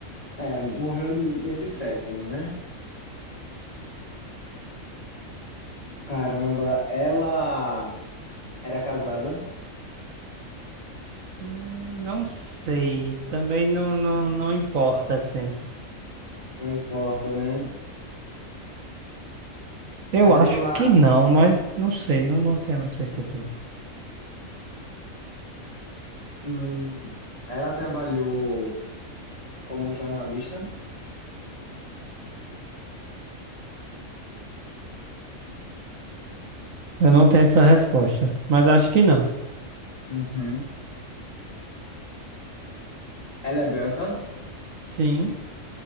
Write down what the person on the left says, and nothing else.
É, morreu n- nesse século, né? Caramba, ela era casada,
não importa, né?
Ela,
hum, ela trabalhou como jornalista.
Uhum. Ela é branca,